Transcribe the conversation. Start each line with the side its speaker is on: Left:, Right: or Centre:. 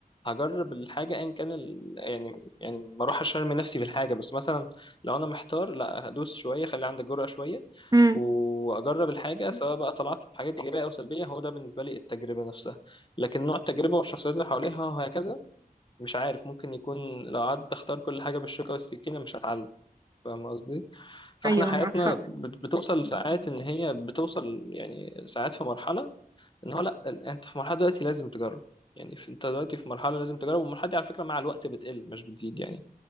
Left: هجرب الحاجة أيا كان ال... يعني يعني ما أروح أشرمي نفسي في الحاجة بس مثلا لو أنا محتار لا هدوس شوية خلي عندك جرأة شوية
Right: مم.
Left: واجرب الحاجه سواء بقى طلعت بحاجات ايجابيه او سلبيه هو ده بالنسبه لي التجربه نفسها لكن نوع التجربه والشخصيات اللي حواليها وهكذا مش عارف ممكن يكون لو قعدت اختار كل حاجة بالشوكة والسكينة مش هتعلم فاهم قصدي فاحنا
Right: ايوه
Left: حياتنا
Right: معك حق
Left: بت- بتوصل ساعات ان هي بتوصل يعني ساعات في مرحلة ان هو لا ال- انت في مرحلة دلوقتي لازم تجرب يعني في- انت دلوقتي في مرحلة لازم تجرب والمرحلة دي على فكرة مع الوقت بتقل مش بتزيد يعني